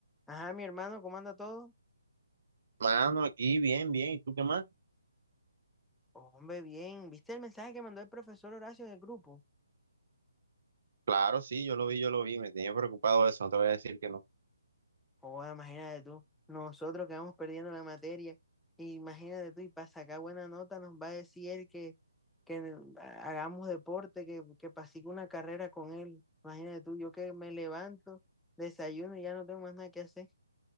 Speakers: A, in the centre; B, on the right (about 50°).
A: Ajá, mi hermano, ¿cómo anda todo?
B: Mano, aquí bien, bien. ¿Y tú qué más?
A: Hombre, bien. ¿Viste el mensaje que mandó el profesor Horacio en el grupo?
B: Claro, sí, yo lo vi, yo lo vi. Me tenía preocupado eso, no te voy a decir que no.
A: Joder, imagínate tú. Nosotros que vamos perdiendo la materia. Imagínate tú, y para sacar buena nota nos va a decir él que, que hagamos deporte, que, que pasigue una carrera con él. Imagínate tú, yo que me levanto, desayuno y ya no tengo más nada que hacer.